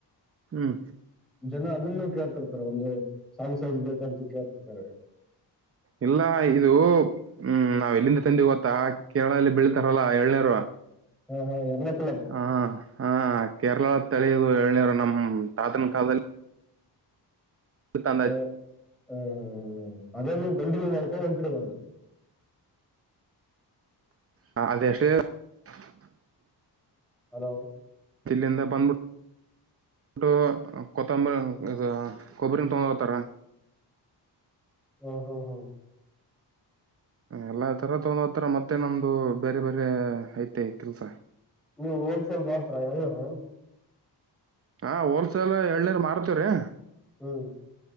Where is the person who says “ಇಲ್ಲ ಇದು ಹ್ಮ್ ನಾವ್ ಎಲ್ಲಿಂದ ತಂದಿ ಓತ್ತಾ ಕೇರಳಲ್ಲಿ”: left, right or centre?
Right